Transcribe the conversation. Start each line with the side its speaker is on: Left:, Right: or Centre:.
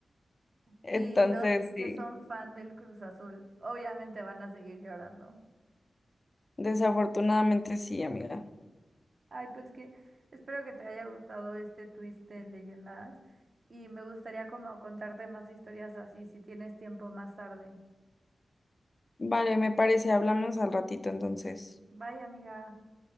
Left: <laughs> Entonces,
Right: Y los
Left: sí,
Right: que son fan del Cruz Azul, obviamente van a seguir llorando.
Left: desafortunadamente sí, amiga.
Right: Ay, pues que espero que te haya gustado este twist de leyendas y me gustaría como contarte más historias así si tienes tiempo más tarde.
Left: Vale, me parece, hablamos al ratito entonces.
Right: Bye, amiga.